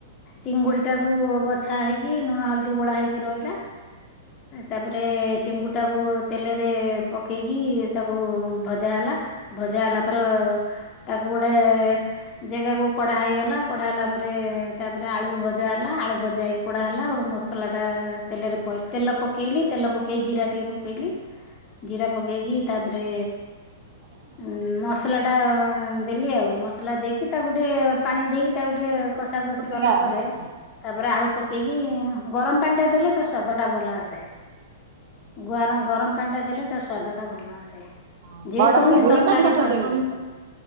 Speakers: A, on the left; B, on the right.
A: ଚିଙ୍ଗୁଡି ଟାକୁ ବଛା ହେଇକି ଲୁଣ ହଳଦୀ ଗୋଳା ହେଇକି ରହିଲା, ତାପରେ ଚିଙ୍ଗୁ ଟାକୁ ତେଲରେ ପକେଇକି ତାକୁ ଭଜା ହେଲା, ଭଜା ହେଲା ଆପର <unintelligible> ତାକୁ ଗୋଟେ ଜାଗାକୁ କଢା ହେଇଗଲା, କଢା ହେଲା ପରେ ତାପରେ ଆଳୁ ଭଜା ହେଲା, ଆଳୁ ଭଜା ହେଇକି କଢା ହେଲା, ଗୋଟେ ମସଲା ଟା ତେଲରେ ପ, ତେଲ ପକେଇଲି, ତେଲ ପକେଇ ଜିରା ଟିକେ ପକେଇଲି ଜିରା ପକେଇକି, ତାପରେ ଉ ମସ ମସଲାଟା ଦେଲି ଆଉ ମସଲା ଦେଇକି ତାକୁ ଟିକେ ପାଣି ଦେଇକି ତାକୁ ଟିକେ କଷା କଷି
B: ଫୁଟିଲା
A: ଗଲା ପରେ
B: ହଁ
A: ତାପରେ ଆଳୁ ପକେଇକି ଉ ଗରମ ପାଣି ଟା ଦେଲେ ତା ସ୍ଵାଦ ଟା ଭଲ ଆସେ। ଗର ଗରମ ପାଣି ଟା ଦେଲେ ତା ସ୍ଵାଦ ଟା ଭଲ ଆସେ
B: ହଁ
A: ଯେ
B: ବଡ
A: କୌଣସି
B: ଚିଙ୍ଗୁଡି
A: ତରକାରୀ
B: ନା ଛୋଟ
A: <unintelligible>
B: ଚିଙ୍ଗୁଡି?